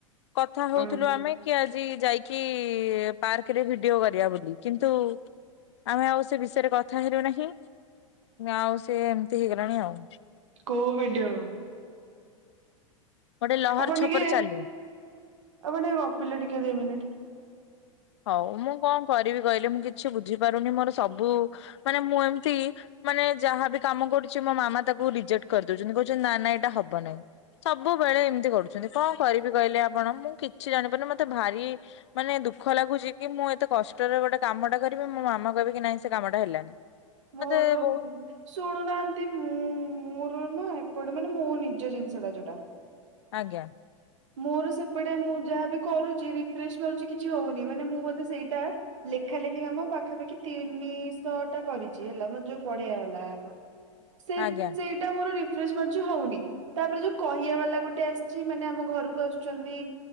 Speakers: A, on the left; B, on the right.
A: କଥା ହଉଥିଲୁ
B: ଅଁ
A: ଆମେ କି ଆଜି ଯାଇକି ପାର୍କରେ ଭିଡିଓ କରିବା ବୋଲି କିନ୍ତୁ ଆମେ ଆଉ ସେ ବିଷୟରେ କଥା ହେଲୁ ନାହିଁ। ଆଉ ସେ ଏମିତି ହେଇଗଲାଣି ଆଉ
B: କୋଉ ଭିଡିଓ?
A: ଗୋଟେ ଲହର
B: ଆପଣ
A: ଛପର
B: ଟିକେ
A: ଚାଲୁ।
B: ଆଉଣ ଗପିଲେ ଟିକେ ଦି ମିନିଟି
A: ହଉ ମୁଁ କଣ କରିବି କହିଲେ ମୁଁ କିଛି ବୁଝିପାରୁନି ମୋର ସବୁ ମାନେ ମୁଁ ଏମିତି ମାନେ ଯାହାବି କାମ କରୁଛି ମୋ ମାମା ତାକୁ ରିଜେକ୍ଟ କରିଦଉଛନ୍ତି କହୁଛନ୍ତି ନା ନା ଏଇଟା ହବ ନାହି। ସବୁବେଳେ ଏମିତି କରୁଛନ୍ତି। କ କରିବି କହିଲେ ଆପଣ ମୁଁ କିଛି ଜାଣିପାରୁନି। ମତେ ଭାରି ମାନେ ଦୁଃଖ ଦୁଃଖ ଲାଗୁଛି କି ମୁଁ ଏତେ କଷ୍ଟରେ ଗୋଟେ କାମଟା କରିବି ମୋ ମାମା କହିବି କି ନାହିଁ ସେ କାମଟା ହେଲାନି।
B: ମୋର
A: ମତେ ବହୁତ
B: ଶୁଣୁନାହାନ୍ତି ମୁଁ ମୋର ନା ଏପଟେ ମାନେ ମୋ ନିଜ ଜିନିଷ ଟା ଯୋଉଟା
A: ଆଜ୍ଞା
B: ମୋର ସେପଟେ ମୁଁ ଯାହାବି କରୁଛି ରିଫ୍ରେଶ ମଛି କିଛି ହଉନି। ମାନେ ମୁଁ ବୋଧେ ସେଇଟା ଲେଖା ଲେଖି କାମ ପାଖାପାଖି ତିନିଶହ ଟା କରିଛି। ହେଲା ମାନ ଯୋଉ ପଢିଆ ବାଲା ହେଲା। ସେ
A: ଆଜ୍ଞା।
B: ସେ ସେଟା ମୋର ରିଫ୍ରେଶ ମାରୁଛି ହଉନି। ତା ପରେ ଯୋଉ କହିବାଲା ଗୋଟେ ଆସିଛି ମାନେ ଆମ ଘ କୁ ଆସୁଛନ୍ତି